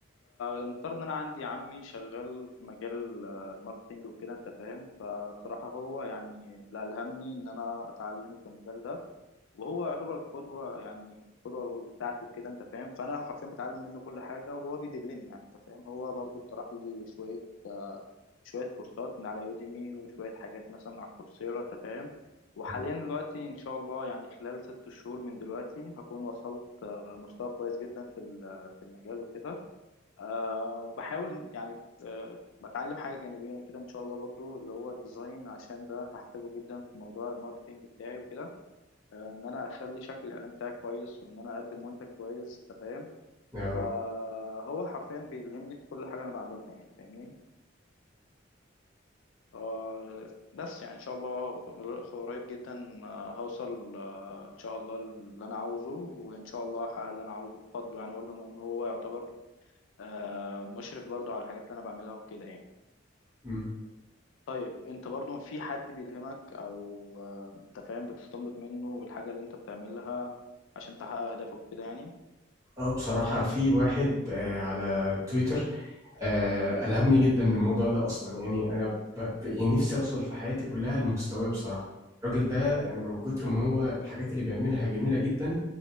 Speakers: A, on the left; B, on the right.
A: المفترض ان انا عندي عمي شغال في مجال ال- الماركتينج وكده انت فاهم فصراحة هو يعني اللي ألهمني ان انا اتعلم في المجال ده وهو يعتبر القدوة يعني القدوة بتاعتي وكده انت فاهم فانا حرفيا بتعلم منه كل حاجة وهو بيدلني يعني انت فاهم هو برضو اقترح لي شوية شوية كورسات من على يوديمي وشوية حاجات مثلا على كورسيرا انت فاهم وحاليا
B: مم.
A: دلوقتي ان شاء الله يعني خلال ست شهور من دلوقتي هكون وصلت آه، مستوى كويس جدا في ال- في المجال وكده أه وبحاول يعني أه بتعلم حاجة جانبية كده إن شاء الله برضو اللي هو الديزاين عشان ده هحتاجه جدا في موضوع الماركتينج بتاعي وكده أه إن أنا أخلي شكل الإعلان بتاعي كويس وإن أنا أقدم منتج كويس أنت فاهم
B: اه
A: فهو حرفيا بيلهمني في كل حاجة أنا بعملها يعني فاهمني أه بس يعني إن شاء الله قريب جدا أه هوصل أه إن شاء الله اللي أنا عاوزه وإن شاء الله هحقق اللي أنا عاوزه بفضله يعني برضو إن هو يعتبر أه مشرف برضو على الحاجات اللي أنا بعملها وكده يعني
B: مم.
A: طيب انت برضو في حد بيلهمك او آه، انت فاهم بتستنبط منه الحاجة اللي انت بتعملها عشان تحقق اهدافك كده يعني
B: اه بصراحة في واحد آه على تويتر آه ألهمني جدا للموضوع ده أصلا يعني أنا ب... ب... يعني نفسي أوصل في حياتي كلها لمستواه بصراحة الراجل ده من كتر ما هو الحاجات اللي بيعملها جميلة جدا